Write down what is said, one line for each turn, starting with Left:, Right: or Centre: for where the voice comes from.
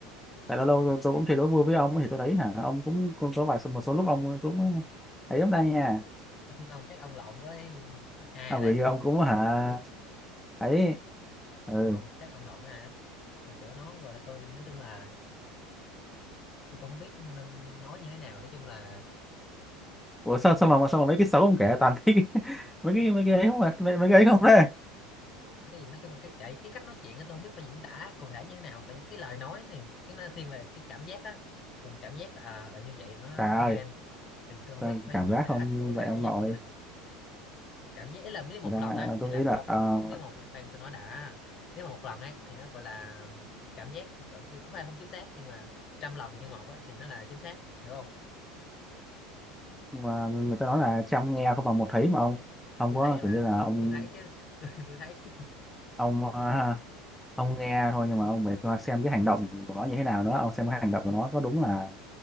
Centre: tại lâu lâu tôi, tôi cũng chơi đố vui với ông thì tôi thấy hả ông cũng, cũng có vài một số lúc ông cũng thấy lắm ta nha
Left: <laughs> ông, ông chắc ông lộn với ai
Centre: à,
Left: rồi
Centre: vừa
Left: đấy
Centre: như ông cũng hả ấy ừ
Left: ông không chắc ông lộn với ai đấy, còn kiểu nó gọi là tôi nói chung là tôi cũng không biết nên nói như thế nào nói chung là
Centre: ủa sao sao mà sao mà mấy cái xấu ông kể toàn thấy cái- <laughs> mấy cái mấy cái ấy không mà mấy, mấy cái ấy không thế
Left: cái gì nói chung là cái cái, cái cách nói chuyện á tôi không biết phải diễn tả cụ thể như thế nào tại vì cái lời nói thì cái nó thiên về cái cảm giác á mình cảm giác là à, là như vậy nó
Centre: trời
Left: không
Centre: ơi
Left: nên thì tôi không
Centre: sao
Left: biết phải
Centre: cảm
Left: diễn
Centre: giác
Left: tả
Centre: không
Left: cụ
Centre: vậy
Left: thể
Centre: ông
Left: giống
Centre: nội
Left: như nào cảm giác ý là nếu một
Centre: Thật ra
Left: lần á thì
Centre: tôi
Left: là
Centre: nghĩ
Left: một
Centre: là ờ,
Left: nếu một lần- khoan tôi nói đã nếu mà một lần ấy thì nó gọi là cảm giác gọi chưa có phải không chính xác nhưng mà trăm lần như một á thì nó là chính xác hiểu không
Centre: và người ta nói là chăm nghe không bằng một thấy mà ông ông
Left: tôi
Centre: có
Left: thấy mà
Centre: kiểu như là
Left: tôi,
Centre: ông
Left: tôi thấy chứ <laughs> tôi, tôi thấy chứ
Centre: ông à, ông nghe thôi nhưng mà ông phải coi xem cái hành động của nó như thế nào nữa ông xem cái hành động của nó có đúng là